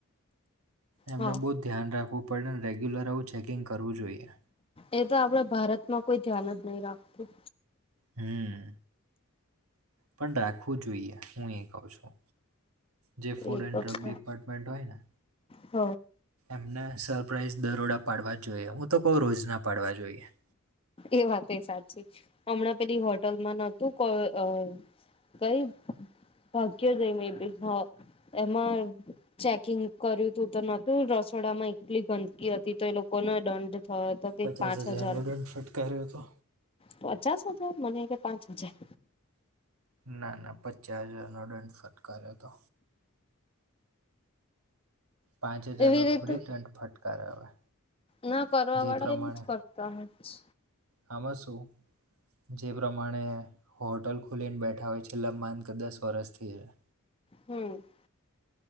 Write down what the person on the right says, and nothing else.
એમનું
બહુ ધ્યાન રાખવું પડે અને રેગ્યુલર આવું ચેકિંગ કરવું જોઈએ.
હમ પણ રાખવું જોઈએ હું એ કઉ છું. જે ફૂડ
એન્ડ
ડ્રગ
ડિપાર્ટમેન્ટ હોય ને
એમને સરપ્રાાઈઝ દરોડા પાડવા જોઈએ, હું તો કઉ રોજના પાડવા જોઈએ.
પચાસ
હજારનો ફટકાર્યો છે.
ના ના પચાસ હજારનોો દંડ ફટકાર્યો હતો. પાંચ હજારનો
થોડી દંડ ફટકાર્યો હવે
જે
પ્રમાણે
આમાં શું જે પ્રમાણે હોટલ ખુલીને બેઠા હોય છેલ્લામાંન કે દસ વર્ષથી <inaudible>